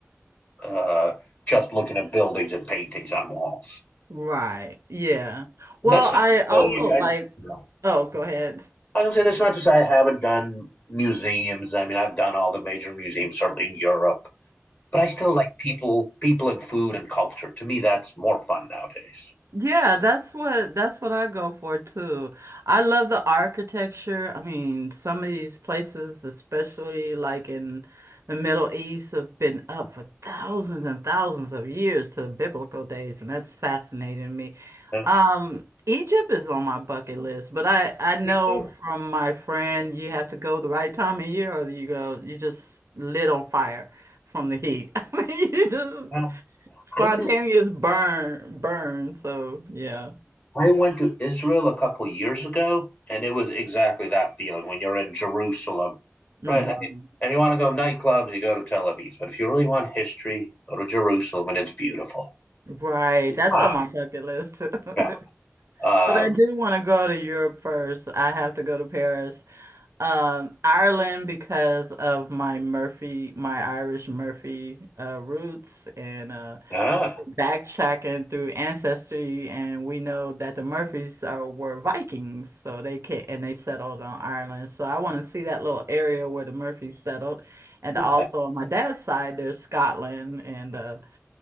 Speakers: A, on the left (about 35°); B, on the right (about 70°).
A: uh, just looking at buildings and paintings on walls.
B: Right. Yeah.
A: That's
B: Well,
A: not.
B: I also
A: really, I,
B: like,
A: no.
B: oh, go ahead.
A: I was gonna say that's not to say I haven't done museums. I mean, I've done all the major museums, certainly in Europe. But I still like people, people and food and culture. To me, that's more fun nowadays.
B: Yeah, that's what that's what I go for too. I love the architecture. I mean, some of these places, especially like in the Middle East, have been up for thousands and thousands of years to the biblical days, and that's fascinating to me.
A: Yeah.
B: Um, Egypt is on my bucket list, but I I know
A: Me too.
B: from my friend you have to go the right time of year, or you go you just lit on fire from the heat. <laughs> I mean, you just
A: Um,
B: Spontaneous
A: I did.
B: burn, burn. So yeah.
A: I went to Israel a couple years ago, and it was exactly that feeling when you're in Jerusalem,
B: Mhm.
A: right? I mean, if you want to go nightclubs, you go to Tel Aviv. But if you really want history, go to Jerusalem, and it's beautiful.
B: Right. That's
A: Ah,
B: on my bucket list. <laughs>
A: yeah. Um,
B: But I do want to go to Europe first. I have to go to Paris Um, Ireland because of my Murphy, my Irish Murphy uh, roots, and uh,
A: ah,
B: backtracking through ancestry, and we know that the Murphys are were Vikings, so they can and they settled on Ireland. So I want to see that little area where the Murphys settled, and
A: okay.
B: also on my dad's side, there's Scotland and uh,